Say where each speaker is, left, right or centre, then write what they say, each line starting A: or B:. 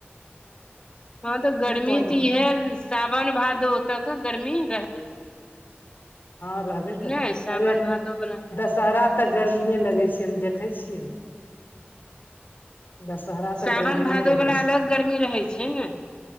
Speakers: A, on the left; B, on the left.
A: हँ त गर्मी
B: ई पानि
A: त इहे साावन भादो तक गर्मी रहतै
B: हँ रहबे करे
A: नहि सावन
B: अरे
A: भादो बला
B: दशहरा तक गर्मीेय लगै छै हम देखै छियै दशहरा तऽ
A: साावन
B: गर्मीए
A: भादो
B: रहै
A: वला
B: छै
A: अलग गर्मी रहै छै ने